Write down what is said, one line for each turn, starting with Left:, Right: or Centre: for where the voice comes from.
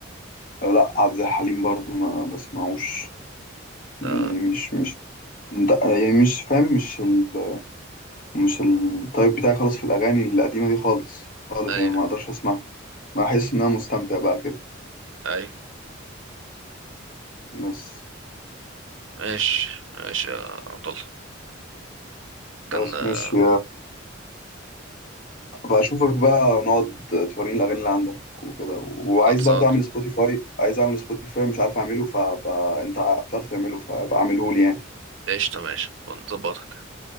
Left: لا عبد الحليم برضو ما بسمعوش
Right: ده
Left: يعني مش مش انت يعني مش فاهم مش ال... مش التايب بتاعي خالص في الاغاني القديمه دي خالص خالص
Right: ايوه
Left: يعني ما اقدرش اسمعها بحس ان انا مستمتع بقى كده
Right: ايوه
Left: بس
Right: ماشي ماشي يا عبد الله كان
Left: خلاص
Right: آه،
Left: ماشي بقى اشوفك بقى نقعد توريني الاغاني اللي عندك وكده وعايز
Right: خلصان
Left: برضو اعمل سبوتيفاي عايز اعمل سبوتيفاي مش عارف اعمله فبقى انت بتعرف تعمله فبقى اعمله لي يعني
Right: قشطة ماشي ونظبطك